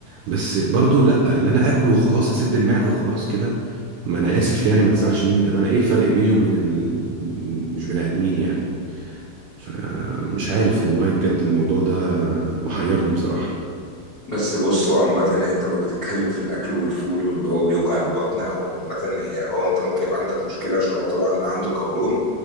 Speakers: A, on the right; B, on the left.
A: بس برضو لا اللي انا اكل وخلاص اسد المعده وخلاص كده ما انا اسف يعني ما تزعلش مني طب انا ايه الفرق بيني وبين ال... مش بني ادمين يعني فمش عارف والله بجد الموضوع ده محيرني بصراحه
B: بس بص هو عامة يعني انت لو بتتكلم في الاكل والفول واللي هو بيوجع البطن او عامة هي اه انت ممكن يبقى عندك مشكلة عشان هو طبعا اللي عنده قولون